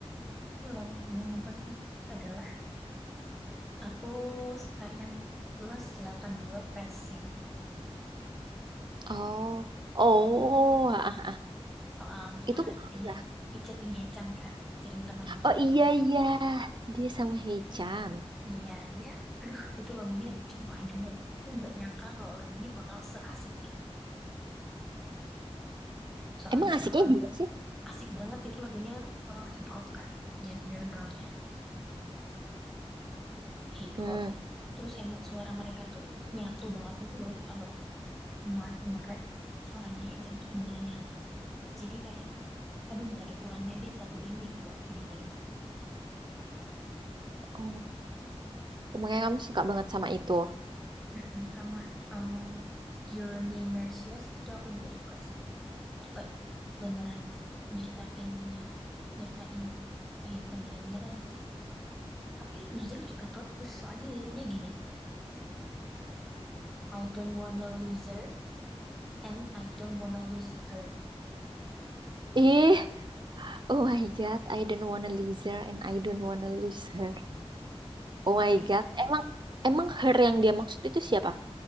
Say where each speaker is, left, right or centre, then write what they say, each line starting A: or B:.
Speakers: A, in the centre; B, on the right.
A: lagunya yang paling adalah Aku suka yang plus delapan puluh dua pressing.
B: Oh, oh,
A: So-
B: ah,
A: soalnya
B: itu
A: dia
B: Mira.
A: featuring Hechan kan, featuring temennya.
B: Oh iya iya, dia sama Hechan.
A: Iya, dia, aduh, itu lagunya coba denger. Aku nggak nyangka kalau lagu ini bakal seasik itu. Soalnya
B: Emang asiknya
A: perpad
B: gimana sih?
A: asik banget itu lagunya eh, hip hop kan, gen- genre-nya hip
B: Hmm,
A: hop. Terus emang suara mereka tuh nyatu banget gitu loh. Kalau Mark nge-rap, suaranya Hechan tuh beneran nyatu. Jadi kayak, aduh nggak ada kurangnya deh lagu ini gitu loh, didengerin
B: oh, makanya kamu suka banget sama itu.
A: Mm-mm, sama eh, Journey Mercies itu aku juga suka sih. Itu kayak beneran nyeritainnya, nyeritain kehidupan dia beneran sih. Tapi Loser juga bagus, soalnya liriknya gini, I don't wanna lose her and I don't wanna lose her.
B: Ih. Oh my God, I don't wanna lose her and I don't wanna lose her.
A: Bagus
B: Oh my
A: kan?
B: God, emang emang her yang dia maksud itu siapa?